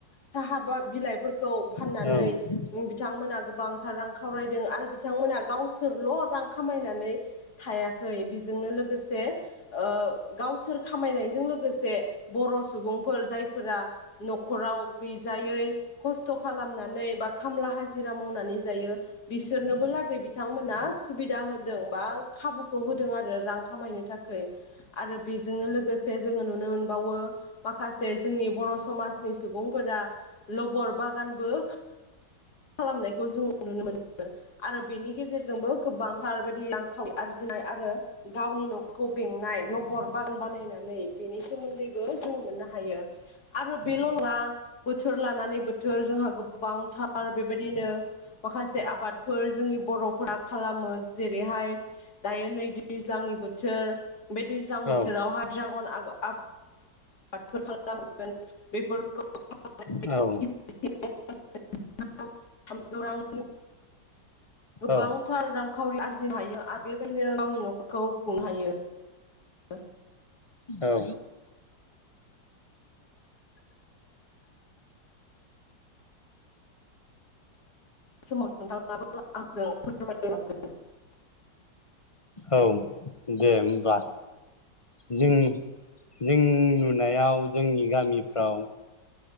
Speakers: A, on the left; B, on the left.
A: साहा बा बिलाइफोरखौ फाननानै
B: औ
A: बिथांमोना गोबांथार रां खावरायदों आरो बि थांमोना गावसोरल' रां खामाय नानै थायाखै बेजोंनो लोगोसे ओ गावसोर खामायनायजों लो गोसे बर' सुबुं फोर जायफोरा न'ख खराव गैजायै खस्थ' खालामनानै बा खामला हाजिरा मावनानै जायो। बिसोरनोबो लागै बि थांमोना सुबिदा होदों बा खाबुखौ होदों आरो रां खामायनो थाखै आरो बेजोंनो लोगोसे जोङो नुनो मोनबावो माखासे जोंनि बर' समाजनि सुबुंफोरा लबर बागानबो खालामनायखौ जोङो नुनो मोनो आरो बेनि गेजेरजोंबो गोबांथार बायदि रांखावरि आरजिनाय आरो गावनि न' खौ बेंनाय लबर <unintelligible> बानायना नै बेनि सोमोन्दैबो जोङो मोननो हायो आरो बेल' नङा बोथोर लानानै बो थोर जोंहा गोबांथार आरो बेबायदिनो माखासे आबादफोर जोंनि बर'फोरा खालामो जेरैहाय दायो नै दैज्लांनि बोथोर बे दैज्लां
B: औ
A: बोथोराव हाजिरा गन आग आब <unintelligible>
B: औ
A: <unintelligible> गोबांथार
B: औ
A: रां खावरि आरजिनो हायो आरो बेबायदिनो गावनि न'खरखौ खुंनो हायो औ
B: औ
A: <unintelligible>
B: औ दे होमबा जों जों नुनायाव जोंनि गामिफ्राव